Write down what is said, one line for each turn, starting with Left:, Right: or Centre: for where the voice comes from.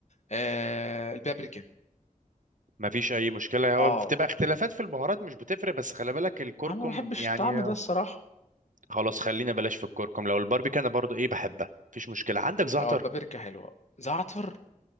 Left: آه البابريكا
Right: مفيش اي مشكله هو
Left: اه
Right: بتبقى اختلافات في البهارات مش بتفرق بس خلي بالك الكركم
Left: انا ما بحبش
Right: يعني
Left: الطعم ده الصراحه
Right: خلاص خلينا بلاش في الكركم لو الباربيكيو انا برضو ايه بحبها مفيش مشكله عندك زعتر
Left: اه البابريكا حلوه زعتر